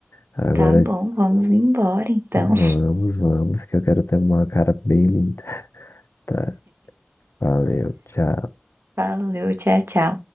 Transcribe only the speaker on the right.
Tá bom, vamos embora então.
Valeu, tchau, tchau.